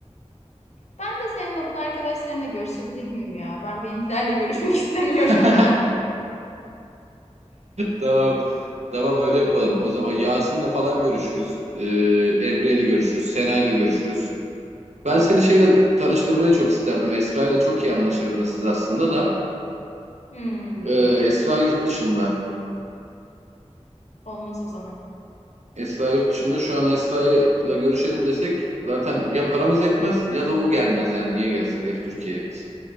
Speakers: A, on the left; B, on the right.
A: Ben de senin okul arkadaşlarına görüşebilir miyim ya? Ben benimkilerle görüşmek <laughs> istemiyorum.
B: <laughs> Tamam. Tamam öyle yapalım. O zaman Yasin'le falan görüşürüz. Ee, Emre'yle görüşürüz. Sena'yla görüşürüz. Ben
A: <laughs>
B: seni şeyle
A: Olur.
B: tanıştırmayı çok isterdim. Esra'yla çok iyi anlaşırdınız siz aslında da.
A: Hmm.
B: Ee, Esra yurt dışında.
A: Olmaz o zaman.
B: Esra yurt dışında şu an Esra'yla görüşelim desek zaten ya paramız yetmez ya da o gelmez. Yani niye gelsin geri Türkiye'ye? kız.